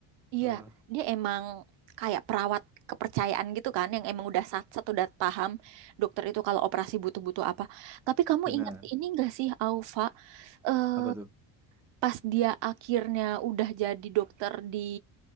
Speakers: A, on the right; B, in the centre.
A: Iya,
B: Eh,
A: dia emang kayak perawat kepercayaan gitu kan, yang emang udah sat-sat udah paham dokter itu kalau operasi butuh-butuh apa. Tapi kamu
B: benar
A: ingat ini gak sih, Aufa? Eh,
B: apa tuh
A: pas dia akhirnya udah jadi dokter di